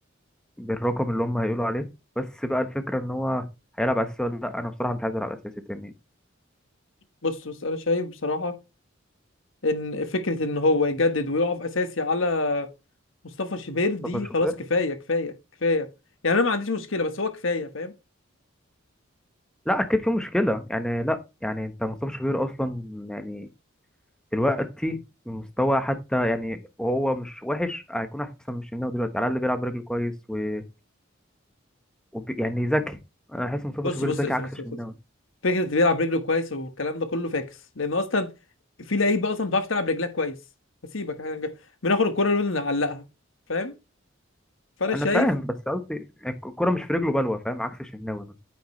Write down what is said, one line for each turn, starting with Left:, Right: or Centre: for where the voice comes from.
Centre: بالرقم اللي هم هيقولوا عليه بس بقى الفكرة ان هو هيلعب اساسي ولا لا انا بصراحة مش عايز العب اساسي تاني
Left: بص بص انا شايف بصراحه ان فكره ان هو يجدد ويقف اساسي على مصطفى شوبير دي
Centre: مصطفى شوبير
Left: خلاص كفايه كفايه كفايه يعني انا ما عنديش مشكله بس هو كفايه فاهم
Centre: لا اكيد في مشكلة يعني لا يعني انت مصطفى شوبير اصلا يعني دلوقتي من مستوى حتى يعني وهو مش وحش هيكون احسن من الشناوي دلوقتي على الاقل بيلعب برجله كويس و... وب... يعني ذكي انا بحس مصطفى
Left: بص
Centre: شوبير
Left: بص
Centre: ذكي
Left: بص
Centre: عكس
Left: بص,
Centre: الشناوي
Left: بص. فكره اللي بيلعب رجله كويس والكلام ده كله فاكس لان اصلا في لعيبه اصلا ما بتعرفش تلعب رجلها كويس هسيبك احنا بناخد الكره اللي نعلقها فاهم فانا
Centre: انا
Left: شايف
Centre: فاهم بس قصدي الكوره مش في رجله بلوه فاهم عكس الشناوي مثلا